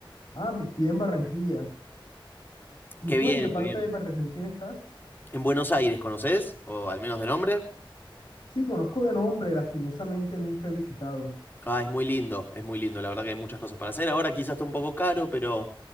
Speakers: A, on the left (about 60°); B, on the left (about 20°).
A: Ah, estoy en Barranquilla. ¿Y
B: Qué
A: tú
B: bien,
A: en qué parte
B: qué bien.
A: de Argentina estás?
B: ¿En Buenos Aires conocés? ¿O al menos de nombre?
A: Sí, conozco de nombre, lastimosamente nunca he visitado.
B: Ah, es muy lindo, es muy lindo. La verdad que hay muchas cosas para hacer. Ahora quizás está un poco caro, pero,